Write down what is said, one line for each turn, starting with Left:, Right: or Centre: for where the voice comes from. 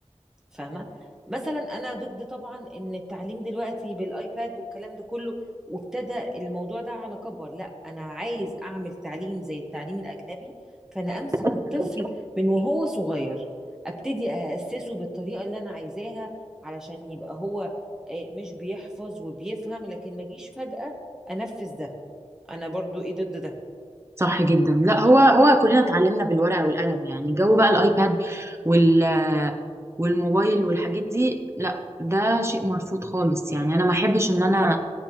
Centre: فاهمة؟ مثلا أنا ضد طبعا إن التعليم دلوقتي بالآيباد والكلام ده كله وابتدى الموضوع ده على كبر، لا أنا عايز أعمل تعليم زي التعليم الأجنبي فأنا أمسك
Right: صح
Centre: الطفل من وهو صغير أبتدي أأسسه بالطريقة اللي أنا عايزاها علشان يبقى هو آه، مش بيحفظ وبيفهم لكن ما جيش فجأة أنفذ ده أنا برضو إيه ضد ده
Right: صح جدا لا
Centre: فاهمة؟
Right: هو هو كلنا اتعلمنا بالورقة والقلم يعني جو بقى الايباد وال والموبايل والحاجات دي لا ده شيء مرفوض خالص يعني انا ما احبش ان انا